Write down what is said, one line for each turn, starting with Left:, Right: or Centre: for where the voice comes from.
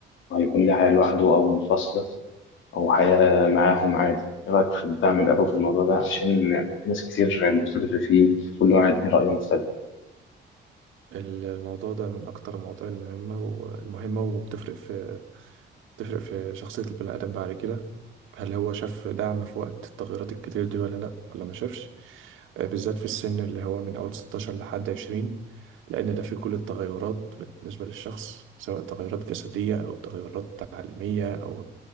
Left: هيكون ليه حياة لوحده أو منفصلة أو حياة معاهم عادي إيه رأيك في الدعم الأبوي في الموضوع ده عشان في ناس كتير مختلفة فيه كل واحد ليه رأي مختلف
Right: الموضوع ده من أكتر المواضيع المهمة والمهمة وبتفرق في بتفرق في شخصية البني آدم بعد كده هل هو شاف دعم في وقت التغيرات الكتير دي ولا لأ ولا ما شافش آه، بالذات في السن اللي هو من أول 16 لحد 20 لأن ده فيه كل التغيرات بالنسبة للشخص سواء تغيرات جسدية أو تغيرات تعليمية أو